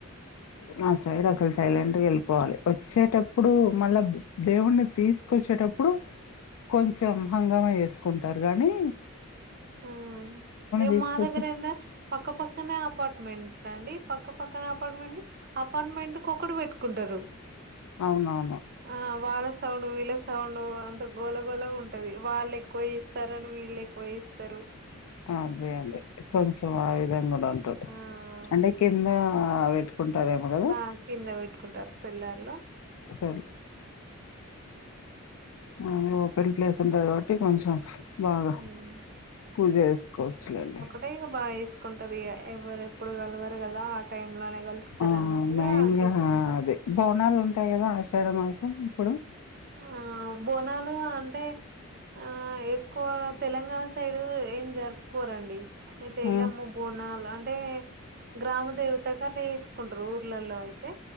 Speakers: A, on the left; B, on the right.
A: మా సైడ్ అసలు సైలెంట్గా వెళ్ళిపోవాలి వచ్చేటప్పుడు మళ్ళా దేవుణ్ణి తీసుకొచ్చేటప్పుడు కొంచెం హంగామ చేసుకుంటారు గాని
B: ఆ ఇగ
A: తీసుకొచ్చి
B: మాదగ్గరందే పక్కపక్కనే అపార్ట్మెంట్అండి పక్క పక్కన అపార్ట్మెంట్ అపార్ట్మెంట్ కు ఒకటి పెట్టుకుంటారు
A: అవునవును
B: ఆ వాళ్ళ సౌండ్ వీళ్ళ సౌండ్ అంత గోల గోళగ ఉంటది వాళ్ళు ఎక్కువ చేస్తారని వీళ్ళు ఎక్కువ చేస్ తరు
A: అదే అదే కొంచెం ఆ విధంగా కూడా ఉంటది
B: ఆ అవును
A: అంటే కింద అ పెట్టుకుంటారేమో కదా
B: ఆ కింద పెట్టుకుంటారు సిల్లార్లో
A: <unintelligible> అ ఓపెన్ ప్లేస్ ఉంటది కాబట్టి కొంచెం బాగా
B: హ్మ్
A: పూజ చేసుకోవ చులేండి
B: తె ఇగ బాగా చేసుకుంటారు ఇగ ఎవ్వరు ఎప్పుడు కలవరు కదా ఆ టైమ్ లనే కలుస్ స్తారన్నట్టుగా
A: ఆ మెయిన్
B: తీసుకుంటారు
A: గా అదే బోనాలు ఉంటాయి కదా ఆషాఢ మాసం ఇప్పుడు
B: ఆ బోనాలు అంటే ఆ ఎక్కువ తెలంగాణ సైడ్ ఏం జరుపుకోరండి ఇట్ల ఎల్లమ్మ
A: ఆ
B: బోకోనాలు అంటే గ్రామ దేవతకట్లా చేసుకుంటరు ఊర్లలో అయితే